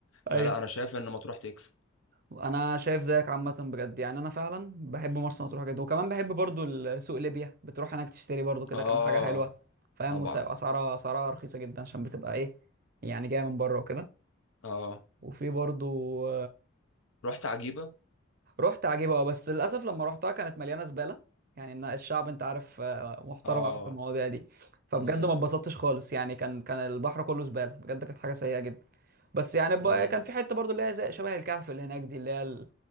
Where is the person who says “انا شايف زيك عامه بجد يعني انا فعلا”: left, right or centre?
Right